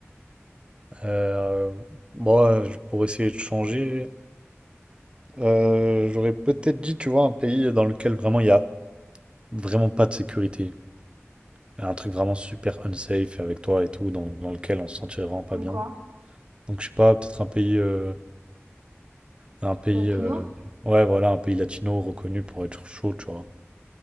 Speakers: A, on the right; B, on the right.
A: euh, bon, euh, je- pour essayer de changer, euh, j'aurais peut-être dit, tu vois, un pays dans lequel vraiment il n'y a vraiment pas de sécurité. Un truc vraiment super unsafe avec toi et tout, dans, dans lequel on se sentirait vraiment pas
B: Comme
A: bien.
B: quoi?
A: Donc, je sais pas, peut-être un pays, euh, un pays,
B: Latino?
A: euh, ouais, voilà, un pays latino reconnu pour être chaud, tu vois.